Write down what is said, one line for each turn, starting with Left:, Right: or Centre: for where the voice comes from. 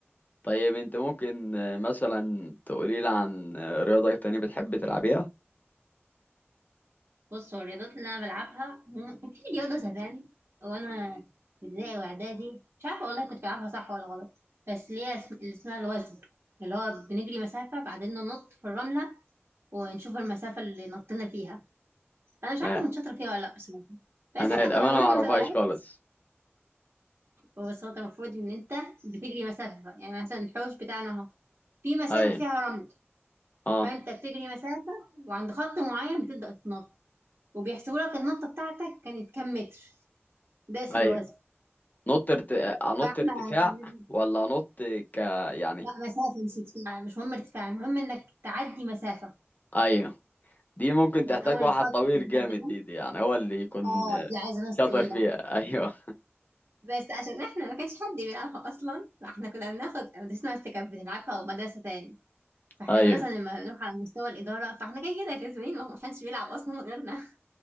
Left: طيب انت ممكن آه، مثلا تقولي لي عن آه، رياضة تانية بتحب تلعبيها
Right: بص هو الرياضات اللي انا بلعبها هم- <laughs> كان في رياضه زمان وانا في ابتدائي واعدادي مش عارفه والله كنت بلعبها صح ولا غلط بس ليها اسم... اللي اسمها الوزن اللي هو بنجري مسافه بعدين ننط في الرمله ونشوف المسافه اللي نطينا فيها انا مش عارفه
Left: آه.
Right: كنت شاطره فيها ولا لا بصراحه بس
Left: انا
Right: احنا
Left: الامانة
Right: كنا بنروح
Left: ما اعرفهاش
Right: مسابقات
Left: خالص
Right: بس هو انت المفروض ان انت بتجري مسافه يعني مثلا الحوش بتاعنا اهو في مسافة
Left: ايوه
Right: فيها رمل
Left: اه
Right: فأنت بتجري مسافة وعند خط معين بتبدأ تنط وبيحسبوا لك النطة بتاعتك كانت كام متر ده اسمه
Left: ايوه
Right: الوزن
Left: نط ارت... آه، انط
Right: فاحنا
Left: ارتفاع
Right: هتعملها-
Left: ولا انط ك يعني
Right: لا مسافة مش ارتفاع مش مهم ارتفاع المهم انك تعدي مسافة
Left: ايوه دي ممكن
Right: يعني
Left: تحتاج
Right: أول
Left: واحد
Right: الخط
Left: طويل
Right: لحد
Left: جامد
Right: الرمل
Left: دي, دي يعني هو اللي يكون
Right: اه
Left: آه،
Right: دي عايزة ناس
Left: شاطر
Right: طويلة
Left: فيها <laughs> ايوه
Right: بس عشان احنا ما كانش حد بيلعبها أصلا فاحنا كنا بناخد مدرستنا بس كانت بتلعبها ومدرسة تاني فاحنا
Left: ايوه
Right: مثلا لما نروح على مستوى الإدارة فاحنا كده كده كسبانين ما حدش بيلعب أصلا غيرنا <laughs>